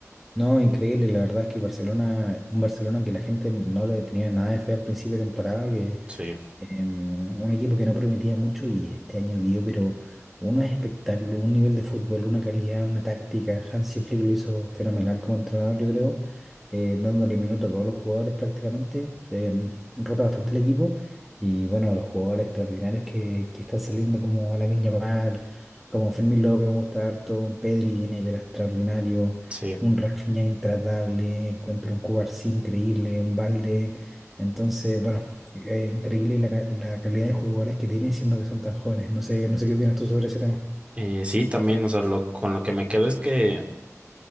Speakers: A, in the centre; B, on the right (about 20°).
A: No, increíble, la verdad es que el Barcelona, un Barcelona que la gente no le tenía nada de fe al principio de temporada, que
B: Sí,
A: em, un equipo que no prometía mucho y este año dio, pero unos espectáculo un nivel de fútbol, una calidad, una táctica. Hansi Flick lo hizo fenomenal como entrenador, yo creo, eh, dándole minutos a todos los jugadores prácticamente. em, rota bastante el equipo y bueno, los jugadores extraordinarios que, que están saliendo como Lamine Yamal, como Fermín López, me gusta harto, Pedri viene, pero extraordinario.
B: sí.
A: Un Rafinha intratable, encuentro un Cubarsí increíble, un Balde. Entonces, bueno. Eh, increíble la, ca- la calidad de jugadores que tienen siendo que son tan jóvenes. No sé, no sé qué opinas tú sobre ese tema.
B: Eh, sí, también, o sea, lo, con lo que me quedo es que